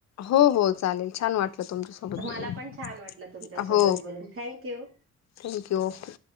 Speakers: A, on the left (about 60°); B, on the right (about 45°).
A: हो हो चालेल छान वाटलं तुमच्यासोबत
B: मला
A: बोलून
B: पण छान वाटलं तुमच्यासोबत
A: हो
B: बोलून थँक्यू.
A: Thank you okay